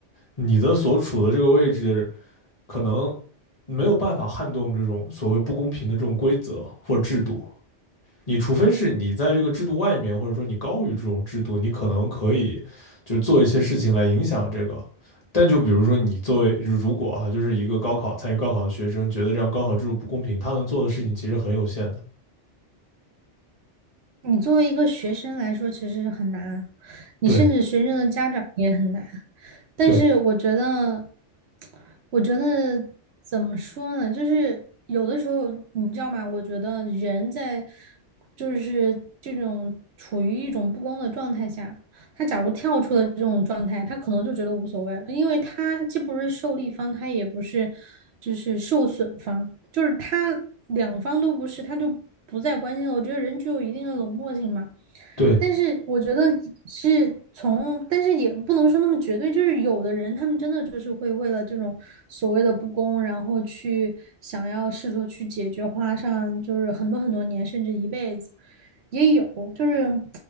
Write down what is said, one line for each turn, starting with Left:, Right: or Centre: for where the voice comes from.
Left: 你的所处的这个位置可能没有办法撼动这种所谓不公平的这种规则或制度，你除非是你在这个制度外面，或者说你高于这种制度，你可能可以就做一些事情来影响这个。但就比如说你作为如果啊，就是一个高考参与高考的学生，觉得这样高考制度不公平，他能做的事情其实很有限的。
Right: 你作为一个学生来说，其实很难啊你甚至学生的家长也很难。
Left: 对
Right: 但是我觉得，
Left: 对
Right: 我觉得怎么说呢？就是有的时候，你知道吗？我觉得人在就是这种处于一种不公的状态下，他假如跳出了这种状态，他可能就觉得无所谓了，因为他既不是受力方，他也不是就是受损方，就是他两方都不是，他就不再关心了。我觉得人具有一定的冷漠性嘛，
Left: 对
Right: 但是我觉得是从，但是也不能说那么绝对，就是有的人他们真的就是会为了这种所谓的不公，然后去想要试图去解决，花上就是很多很多年，甚至一辈子，也有，就是